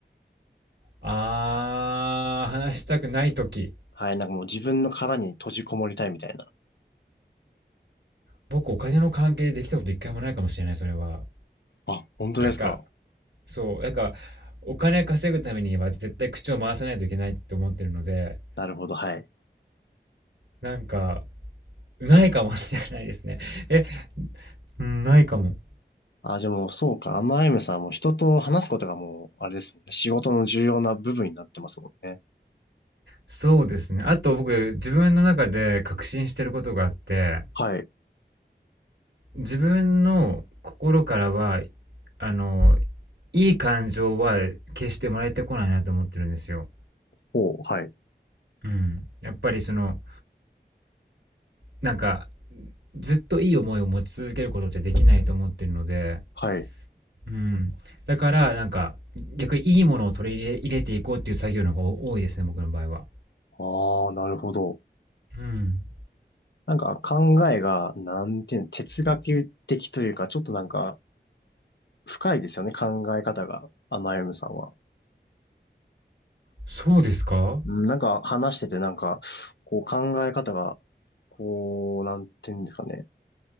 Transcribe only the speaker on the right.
あー、話したくない時。
僕、お金の関係でできたこと一回もないかもしれない、それは。
なんか、そう、なんか、お金稼ぐためには絶対口を回さないといけないって思ってるので、
なんか、ないかもしれないですね。え、うん、ないかも。
そうですね。あと僕、自分の中で確信してることがあって、
自分の心からは、あの、いい感情は決して生まれてこないなと思ってるんですよ。
うん。やっぱりその、なんかずっといい思いを持ち続けることってできないと思ってるので、
うん、だからなんか逆にいいものを取り入れていこうっていう作業の方が多いですね僕の場合は。
うん、
そうですか